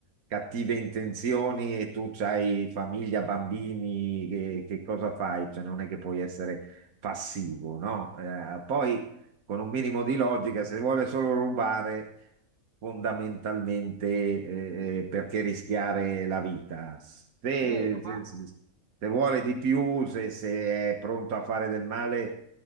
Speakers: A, on the right (about 80°); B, on the right (about 55°).
A: cattive intenzioni e tu hai famiglia, bambini, che, che cosa fai? Cioè non è che puoi essere passivo, no? Eh, poi con un minimo di logica, se vuole solo rubare fondamentalmente eh, eh, perché
B: Oh,
A: rischiare la vita. Se,
B: è vero, ma
A: se- se vuole di più, se, se è pronto a fare del male,